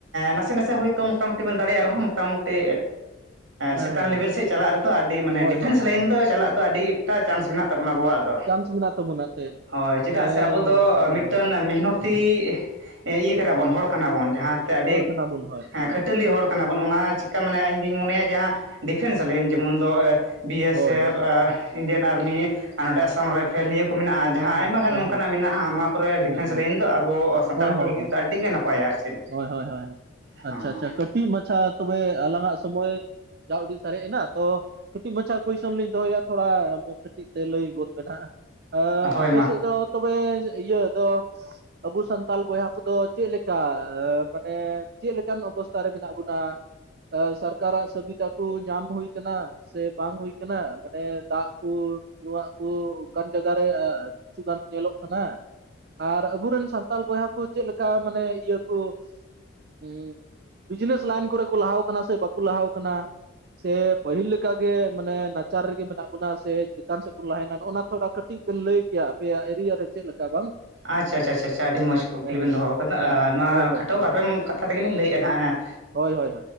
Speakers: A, on the right; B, on the right.
A: ᱱᱟᱥᱮ ᱱᱟᱥᱮ ᱦᱳᱭᱛᱚ ᱢᱚᱴᱟᱢᱩᱴᱤ ᱵᱮᱱ ᱫᱟᱲᱮᱭᱟᱜ ᱨᱮᱦᱚᱸ ᱢᱚᱴᱟᱢᱩᱴᱤ
B: ᱦᱮᱸ
A: ᱪᱮᱛᱟᱱ
B: ᱦᱮᱸ
A: ᱞᱮᱵᱮᱞ ᱥᱮᱫ ᱪᱟᱞᱟᱜ ᱨᱮᱫᱚ ᱟᱹᱰᱤ ᱢᱟᱱᱮ
B: ᱦᱳᱭ
A: ᱰᱤᱯᱷᱮᱱᱥ
B: ᱦᱳᱭ
A: ᱞᱟᱭᱤᱱ
B: ᱦᱳᱭ
A: ᱫᱚ ᱪᱟᱞᱟᱜ ᱫᱚ ᱟᱹᱰᱤ ᱮᱠᱴᱟ ᱪᱟᱱᱥ ᱢᱮᱱᱟᱜ ᱛᱟᱵᱚᱱᱟ ᱟᱵᱚᱣᱟᱜ ᱫᱚ
B: ᱪᱟᱱᱥ ᱢᱮᱱᱟᱜ ᱛᱟᱵᱚᱱᱟ ᱛᱮ
A: ᱦᱳᱭ ᱪᱮᱫᱟᱜ
B: ᱦᱮᱸ
A: ᱥᱮ ᱟᱵᱚ ᱫᱚ ᱢᱤᱫᱴᱟᱹᱱ
B: ᱦᱮᱸ
A: ᱢᱮᱦᱱᱚᱛᱤ ᱤᱭᱟᱹ ᱠᱟᱱᱟᱵᱚᱱ ᱦᱚᱲ ᱠᱟᱱᱟᱵᱚᱱ ᱡᱟᱦᱟᱸ ᱛᱮ ᱟᱹᱰᱤ
B: ᱦᱚᱲ ᱠᱟᱱᱟ ᱵᱚᱱ ᱦᱳᱭ
A: ᱦᱮᱸ
B: ᱦᱳᱭ
A: ᱠᱷᱟᱹᱴᱟᱹᱞᱤ ᱦᱚᱲ ᱠᱟᱱᱟ ᱵᱚᱱ ᱚᱱᱟ ᱪᱤᱠᱟ ᱢᱟᱱᱮ ᱤᱧ ᱫᱩᱧ ᱢᱚᱱᱮᱭᱟ ᱡᱟᱦᱟᱸ ᱰᱤᱯᱷᱮᱱᱥ ᱞᱟᱭᱤᱱ
B: ᱦᱳᱭ
A: ᱡᱮᱢᱚᱱ ᱫᱚ ᱵᱤ ᱮᱥ
B: ᱦᱳᱭ
A: ᱮᱯᱷ
B: ᱦᱳᱭ
A: ᱤᱱᱰᱤᱭᱟᱱ ᱟᱨᱢᱤ ᱟᱨ ᱱᱚᱰᱮ ᱟᱥᱟᱢ ᱨᱟᱭ ᱯᱷᱮᱞ ᱱᱤᱭᱟᱹ ᱠᱚ ᱢᱮᱱᱟᱜᱼᱟ
B: ᱦᱮᱸ
A: ᱡᱟᱦᱟᱸ
B: ᱦᱮᱸ
A: ᱟᱭᱢᱟᱜᱟᱱ
B: ᱦᱳᱭ
A: ᱱᱚ ᱚᱱᱠᱟᱱᱟᱜ ᱢᱮᱱᱟᱜᱼᱟ ᱱᱚᱣᱟ ᱠᱚᱨᱮ
B: ᱦᱳᱭ
A: ᱰᱤᱯᱷᱮᱱᱥ
B: ᱦᱳᱭ
A: ᱞᱟᱭᱤᱱ ᱫᱚ ᱟᱵᱚ ᱥᱟᱱᱛᱟᱲ
B: ᱦᱳᱭ
A: ᱦᱚᱯᱚᱱ
B: ᱦᱳᱭ ᱦᱳᱭ
A: ᱞᱟᱹᱜᱤᱫ ᱫᱚ ᱟᱹᱰᱤᱜᱮ ᱱᱟᱯᱟᱭᱟ ᱟᱨ ᱪᱮᱫ
B: ᱦᱳᱭ ᱦᱳᱭ ᱦᱳᱭ ᱟᱪᱪᱷᱟ
A: ᱦᱮᱸ
B: ᱟᱪᱪᱷᱟ ᱠᱟᱹᱴᱤᱡᱽ ᱢᱟᱪᱷᱟ ᱛᱚᱵᱮ ᱟᱞᱟᱝ ᱟᱜ ᱥᱚᱢᱚᱭ ᱡᱟ ᱩᱰᱤᱡᱽ ᱥᱟᱨᱮᱡ ᱮᱱᱟ ᱛᱚ ᱠᱟᱹᱴᱤᱡᱽ ᱢᱟᱪᱷᱟ ᱠᱩᱭᱥᱚᱱ ᱞᱤᱧ ᱫᱚᱦᱚᱭᱮᱜᱼᱟ ᱛᱷᱚᱲᱟ ᱠᱟᱹᱴᱤᱡᱽ ᱛᱮ ᱞᱟᱹᱭ ᱜᱚᱫ ᱵᱮᱱ ᱦᱮᱸ
A: ᱦᱳᱭ
B: ᱟᱯᱮ
A: ᱢᱟ
B: ᱥᱮᱫ ᱫᱚ ᱛᱚᱵᱮ ᱤᱭᱟᱹ ᱫᱚ ᱟᱵᱩ ᱥᱟᱱᱛᱟᱞ ᱵᱚᱭᱦᱟ ᱠᱚᱫᱚ ᱪᱮᱫ ᱞᱮᱠᱟ ᱢᱟᱱᱮ ᱪᱮᱫ ᱞᱮᱠᱟᱱ ᱚᱵᱚᱥᱛᱟ ᱨᱮ ᱢᱮᱱᱟᱜ ᱵᱚᱱᱟ ᱥᱟᱨᱠᱟᱨᱟᱜ ᱥᱩᱵᱤᱫᱷᱟ ᱠᱚ ᱧᱟᱢ ᱦᱩᱭ ᱠᱟᱱᱟ ᱥᱮ ᱵᱟᱝ ᱦᱩᱭ ᱟᱠᱟᱱᱟ ᱢᱟᱱᱮ ᱫᱟᱜᱽ ᱠᱩ ᱧᱩᱣᱟᱜ ᱠᱩ ᱚᱱᱠᱟ ᱡᱟᱣᱜᱟ ᱨᱮ ᱠᱤᱪᱷᱩ ᱜᱟᱱ ᱧᱮᱞᱚᱜ ᱠᱟᱱᱟ ᱟᱨ ᱟᱵᱚᱨᱮᱱ ᱥᱟᱱᱛᱟᱲ ᱵᱚᱭᱦᱟ ᱠᱚ ᱪᱮᱫ ᱞᱮᱠᱟ ᱢᱟᱱᱮ ᱤᱭᱟᱹ ᱠᱚ ᱦᱮ ᱵᱤᱜᱮᱱᱮᱥ ᱞᱟᱭᱤᱱ ᱠᱚᱨᱮ ᱠᱚ ᱞᱟᱦᱟᱣ ᱠᱟᱱᱟ ᱥᱮ ᱵᱟᱠᱚ ᱞᱟᱦᱟᱣ ᱠᱟᱱᱟ ᱥᱮ ᱯᱟᱹᱦᱤᱞ ᱞᱮ ᱞᱮᱠᱟᱜ ᱜᱮ ᱢᱟᱱᱮ ᱱᱟᱪᱟᱨ ᱨᱮᱜᱮ ᱢᱮᱱᱟᱜ ᱵᱚᱱᱟ ᱥᱮ ᱪᱮᱛᱟᱱ ᱥᱮᱫ ᱵᱚᱱ ᱞᱟᱦᱱᱟ ᱱᱚᱜ ᱱᱟ ᱛᱷᱚᱲᱟ ᱠᱟᱹᱴᱤᱡ ᱠᱟᱹᱴᱤᱡ ᱵᱮᱱ ᱞᱟᱹᱭ ᱠᱮᱭᱟ ᱟᱯᱮᱭᱟᱜ ᱮᱨᱤᱭᱟ ᱨᱮ ᱪᱮᱫ ᱞᱮᱠᱟ ᱵᱟᱝ
A: ᱟᱪᱪᱷᱟ ᱟᱪᱪᱷᱟ ᱟᱹᱰᱤ ᱢᱚᱡᱽ ᱠᱩᱠᱞᱤ
B: ᱦᱮᱸ
A: ᱵᱮᱱ
B: ᱦᱮᱸ
A: ᱫᱚᱦᱚ ᱟᱠᱟᱫᱟ
B: ᱦᱮᱸ
A: ᱱᱚᱣᱟ
B: ᱦᱳᱭ ᱦᱳᱭ
A: ᱠᱷᱟᱴᱟᱹᱣ ᱵᱟᱨᱯᱮ ᱠᱟᱛᱷᱟ ᱛᱮᱜᱮᱞᱤᱧ ᱞᱟᱹᱭᱮᱫᱼᱟ ᱦᱟᱜ
B: ᱦᱳᱭ ᱦᱳᱭ